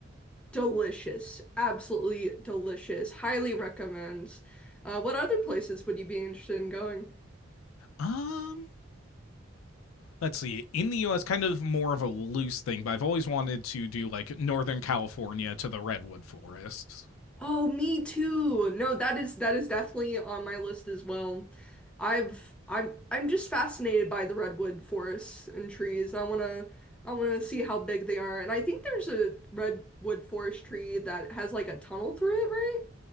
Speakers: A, in the centre; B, on the left (about 80°).
A: Delicious. Absolutely delicious. Highly recommends. Uh, what other places would you be interested in going?
B: Um, let's see in the us kind of more of a loose thing but i've always wanted to do like northern california to the redwood forests
A: Oh, me too. No, that is that is definitely on my list as well. I've I'm I'm just fascinated by the redwood forests and trees. I wanna I wanna see how big they are. And I think there's a redwood forest tree that has like a tunnel through it, right?